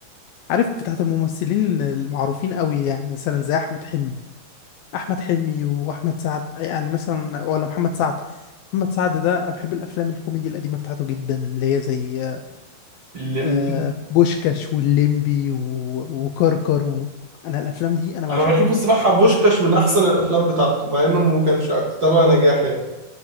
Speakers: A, on the left; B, on the right.
A: عارف بتاعت الممثلين المعروفين قوي يعني مثلا زي احمد حلمي احمد حلمي واحمد سعد يعني مثلا ولا محمد سعد محمد سعد ده انا بحب الافلام الكوميدي القديمه بتاعته جدا اللي هي زي
B: الليمبي
A: آه، بوشكاش واللمبي و- وكركر و... انا الافلام دي انا بعشقها
B: أنا بشوف الصراحة بوشكاش من أحسن الأفلام بتاعته مع إنه ما كانش أكترها نجاح يعني